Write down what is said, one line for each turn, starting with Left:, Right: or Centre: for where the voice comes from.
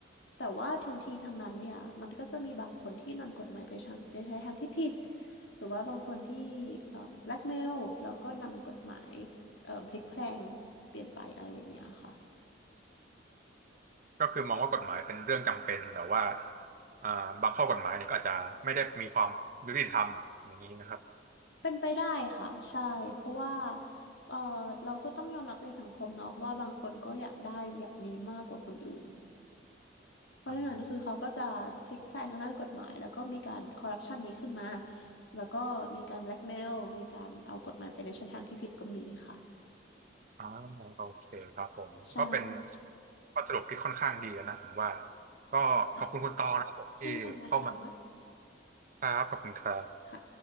Left: แต่ว่าทั้งทีทั้งนั้นเนี่ยมันก็จะมีบางคนที่นำกฎหมายไปใช้ไปใช้ทางที่ผิดหรือว่าบางคนที่เอ่อแบล็กเมลแล้วก็นำกฎหมายเอ่อพลิกแพลงเปลี่ยนไปอะไรอย่างเงี้ยค่ะ
Right: ก็คือมองว่ากฎหมายเป็นเรื่องจำเป็นแต่ว่าอ่าบางข้อกฎหมายเนี่ยก็อาจจะไม่ได้มีความยุติธรรมอย่างนี้นะครับ
Left: เป็นไปได้ค่ะใช่เพราะว่าเอ่อเราก็ต้องยอมรับในสังคมเนาะว่าบางคนก็อยากได้อยากมีมากกว่าคนอื่น เพราะฉะนั้นคือเขาก็จะพลิกแพลงทางด้านกฎหมายแล้วก็มีการคอร์รัปชันนี้ขึ้นมา
Right: อืม
Left: แล้วก็มีการแบล็กเมลมีการเอากฎหมายไปในช่องทางที่ผิดก็มีค่ะ
Right: อ๋อโอเคครับผมก็เป็น
Left: ใช่
Right: ข้อสรุปที่ค่อนข้างดีนะผมว่าก็ขอบคุณคุณตอนะครับผมที่เข้ามา
Left: ค่ะเช่นกันนะคะ
Right: ครับขอบคุณครับ
Left: ค่ะ